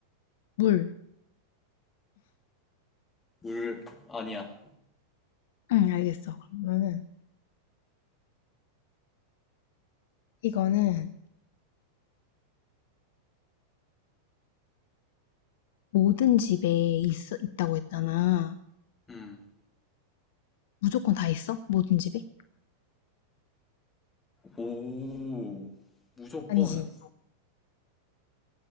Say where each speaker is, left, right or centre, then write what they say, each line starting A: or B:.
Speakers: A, on the left; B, on the left.
A: 물.
B: 물 아니야.
A: 응, 알겠어. 그러면은 이거는 모든 집에 있어 있다고 했잖아.
B: 음.
A: 무조건 다 있어? 모든 집에?
B: 오, 무조건,
A: 아니지.